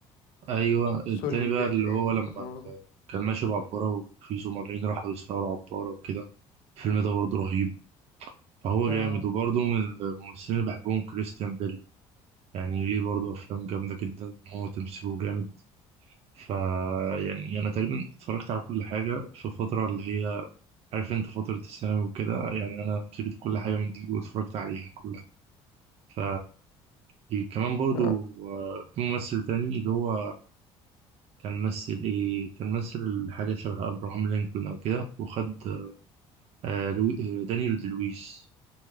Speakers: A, on the right; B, on the left.
A: أيوة التاني
B: سولي
A: بقى
B: باين
A: اللي هو لما
B: اه
A: ال... كان ماشي بعبارة وفي زمرين راحوا يسرقوا العبارة وكده الفيلم ده برضه رهيب فهو
B: اه
A: جامد وبرضه من الممثلين اللي بحبهم كريستيان بيل يعني ليه برضه أفلام جامدة جدا هو تمثيله جامد فا يعني أنا تقريبا اتفرجت على كل حاجة في فترة اللي هي عارف أنت فترة الثانوي وكده يعني أنا مسكت كل حاجة من دي واتفرجت عليها كلها ف في كمان برضو
B: اه
A: آه، في ممثل تاني اللي هو كان مثل ايه كان مثل حاجة شبه أبراهام لينكولن أو كده وخد آه، لو... آه، دانيال دي لويس